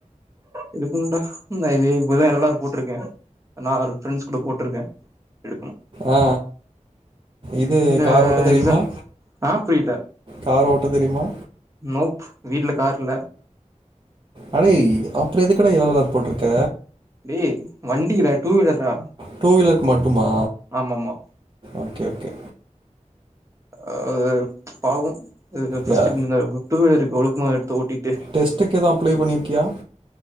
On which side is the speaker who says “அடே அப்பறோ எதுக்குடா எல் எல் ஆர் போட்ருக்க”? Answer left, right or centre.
Right